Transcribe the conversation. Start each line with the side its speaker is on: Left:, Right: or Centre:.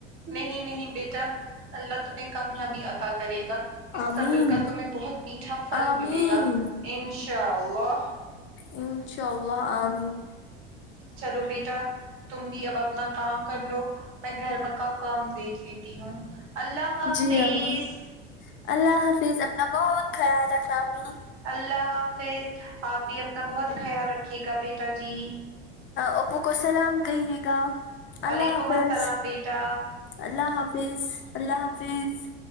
Right: نہیں نہیں بیٹا اللہ تمہیں کامیابی عطا کرے گا اس
Left: آمین
Right: صبر کا تمہیں بہت میٹھا پھل
Left: آمین
Right: ملے گا انشاء اللہ
Left: انشاء اللہ امین
Right: چلو بیٹا تم بھی اب اپنا کام کر لو میں گھر کا کام دیکھ لیتی ہوں اللہ حافظ
Left: جی امی اللہ حافظ اپنا بہت خیال رکھنا امی
Right: اللہ حافظ آپ بھی اپنا بہت خیال رکھیے گا بیٹا جی
Left: اوپو کو سلام کہیے گا
Right: وعلیکم
Left: اللہ حافظ
Right: السلام بیٹا
Left: اللہ حافظ اللہ حافظ